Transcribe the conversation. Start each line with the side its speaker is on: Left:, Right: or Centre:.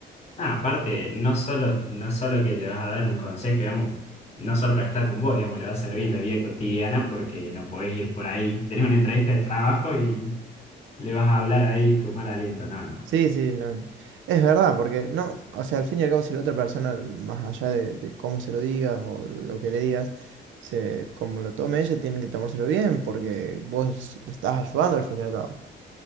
Left: Ah, aparte, no solo, no solo que le vas a dar un consejo, digamos, no solo para estar con vos, digamos, le va a servir en la vida cotidiana porque no podés ir por ahí, tenés una entrevista de trabajo y le vas a hablar ahí con mal aliento. No, no,
Right: Sí, sí, no. Es verdad, porque no, o sea, al fin y al cabo, si la otra persona, más allá de, de cómo se lo digas o lo que le digas, se, como lo tome ella, tienen que tomárselo bien, porque vos le estás ayudando al fin y al cabo.